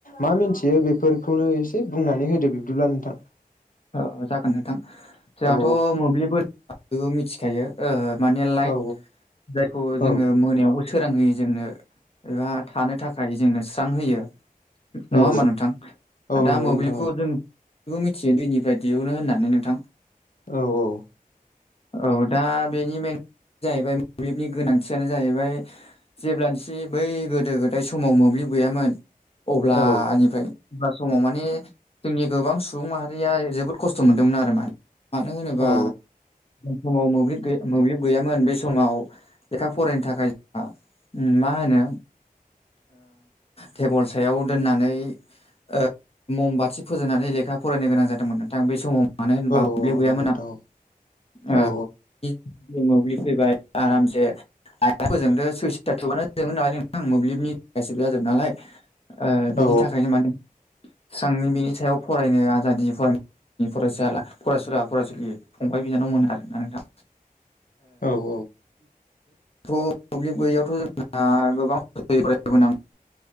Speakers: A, on the left; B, on the left.
A: मा मिथियो बेफोरखौनो एसे बुंनानै होदो बिब्दिब्ला नोंथां।
B: औ जागोन नोंथां जोंहाथ'
A: औ
B: मोब्लिब होनोब्ला बयबो मिथिखायो ओ मानि लाइट
A: औ
B: जायखौ जोङो
A: औ
B: मोनायावबो सोरांहोयो जोंनो एबा थानो थाखाय जोंनो स्रांहोयो नङा
A: औ
B: ओमबा नोंथां
A: औ
B: दा
A: नंगौ
B: मोब्लिबखौ
A: नोंथां औ
B: जों मिथियो दैनि फ्राय दिहुनो होननानै नोंथां
A: औ औ।
B: औ दा बेनि मेन जाहैबाय मोब्लिबनि गोनांथियानो जाहैबाय जेब्लानोसि बै गोदो गोदाय समाव मोब्लिब गैयामोन अब्लानिफ्राय
A: औ
B: अब्ला समाव माने जोंनि गोबां सुबुं माहारिया जोबोद खस्थ' मोनदोंमोन आरो मा मानो होनोबा
A: औ
B: समाव मोब्लिबै मोब्लिब गैयामोन बे समाव लेखा फरायनो थाखाय जोंहा मा होनो टेबोल सायाव दोननानै ओ मम बाथि फोजोंनानै लेखा फरायनो गोनां जादोंमोन नोंथां बै समाव मानो होनबा
A: औ
B: मोब्लिब
A: औ
B: गैयामोन
A: नंगौ नोंथां
B: आं
A: औ
B: ओ मोब्लि फैबाय आरामसे आइटआ फोजोंदो सुइस्थआ थुबानो जोंङो नालाय नोंथां मोब्लिबनि गासिबो जाजोबो नालाय बिनि
A: औ
B: थाखायनो माने स्रांनि बेनि सायाव फरायनो आजादि फरायनो फरायसा फरायसुला फरायसुलि फंबाय बिनानाव मोन आरो नोंथां
A: औ औ
B: ओ <unintelligible> मोब्लिब गैयियावथ' जोंहा गोबां